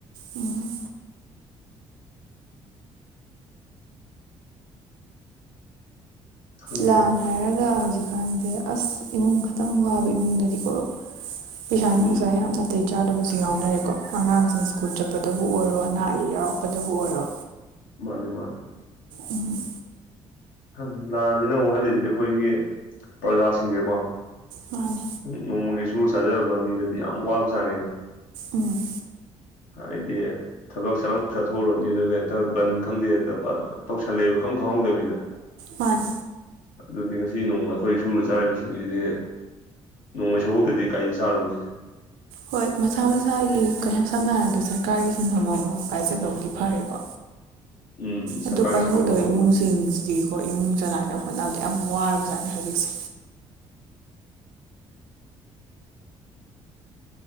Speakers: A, on the right; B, on the left.
A: ꯎꯝ
B: ꯈꯪꯗꯦꯅꯦ
A: ꯂꯥꯟ ꯍꯥꯏꯔꯒ ꯍꯧꯖꯤꯛꯀꯥꯟꯖꯦ ꯑꯁ ꯏꯃꯨꯡ ꯈꯇꯪ ꯋꯥꯕ ꯏꯃꯨꯡꯗꯗꯤꯀꯣ ꯄꯩꯁꯥ
B: ꯎꯝ
A: ꯅꯨꯡꯁꯥ ꯌꯥꯝꯅ ꯅꯥꯇꯩ ꯆꯥꯗꯕꯁꯨ ꯌꯥꯎꯅꯔꯦꯀꯣ ꯑꯉꯥꯡꯁꯤꯡ ꯁ꯭ꯀꯨꯜ ꯆꯠꯄꯗꯕꯨ ꯑꯣꯏꯔꯣ ꯑꯅꯥ ꯑꯌꯦꯛ ꯌꯥꯎꯔꯛꯄꯗꯕꯨ ꯑꯣꯏꯔꯣ
B: ꯃꯥꯅꯦ ꯃꯥꯅꯦ
A: ꯎꯝ
B: ꯈꯪꯗꯦ ꯂꯥꯟꯖꯤꯅ ꯋꯥꯍꯜꯂꯤꯖꯦ ꯑꯩꯈꯣꯏꯒꯤ ꯄ꯭ꯔꯖꯥꯁꯤꯡꯅꯦꯀꯣ
A: ꯃꯥꯅꯦ
B: ꯅꯣꯡꯃꯒꯤ ꯁꯨꯔ ꯆꯥꯖꯕ ꯃꯤꯗꯗꯤ ꯌꯥꯝ ꯋꯥꯕ ꯖꯥꯠꯅꯤꯗ
A: ꯎꯝ
B: ꯍꯥꯏꯗꯤ ꯊꯕꯛ ꯁꯠ ꯂꯥꯎꯅ ꯆꯠꯊꯣꯛꯎꯔꯅꯤ ꯑꯗꯨꯒ ꯍꯦꯛꯇ ꯕꯟ ꯈꯪꯗꯦ ꯍꯦꯛꯇ ꯐꯠ ꯂꯥꯎ ꯇꯧꯁꯜꯂꯛꯑꯦꯕ ꯏꯈꯪ ꯈꯪꯍꯧꯗꯕꯤꯗ
A: ꯃꯥꯅꯤ
B: ꯑꯗꯨꯗꯤ ꯉꯁꯤ ꯅꯣꯡꯃ ꯑꯩꯈꯣꯏ ꯁꯨꯔ ꯆꯥꯔꯤꯕꯁꯤꯡꯁꯤꯗꯤ ꯅꯣꯡꯃꯩ ꯁꯨꯍꯧꯗꯔꯗꯤ ꯀꯔꯤ ꯆꯥꯔꯨꯅꯤ
A: ꯍꯣꯏ ꯃꯁꯥ ꯃꯁꯥꯒꯤ ꯀꯌꯥꯝ ꯁꯝꯅ ꯍꯥꯏꯔꯕꯗ ꯁꯔꯀꯥꯔꯒꯤ ꯁꯤꯟꯐꯝ ꯑꯃꯃꯝ ꯄꯥꯏꯖꯈ꯭ꯔꯕꯨꯗꯤ ꯐꯔꯦꯀꯣ
B: <inaudible> ꯁꯔꯀꯥꯔꯒꯤ
A: ꯑꯗꯨ ꯄꯥꯏꯍꯧꯗꯕ
B: ꯊꯕꯛ ꯇꯧꯕ ꯀꯥꯡꯕꯨꯗꯤ
A: ꯏꯃꯨꯡꯁꯤꯡꯁꯤꯗꯤꯀꯣ ꯏꯃꯨꯡ ꯆꯂꯥꯏꯅꯕ ꯍꯣꯠꯅꯕꯗ ꯌꯥꯝ ꯋꯥꯔꯕꯖꯥꯠꯅꯤ ꯍꯧꯖꯤꯛꯁꯦ